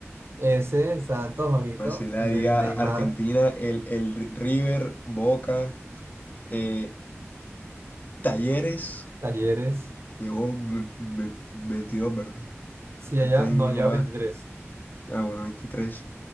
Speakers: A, on the right; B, on the left.
A: Ese, Santos, ojito.
B: más el área
A: El del Neymar.
B: argentina, el, el Ri- River, Boca, eh, Talleres,
A: Talleres.
B: llegó ve- ve- 22, ¿verdad?
A: Sí,
B: Faltan,
A: allá. No, lleva
B: joder,
A: 23.
B: ah, bueno, 23.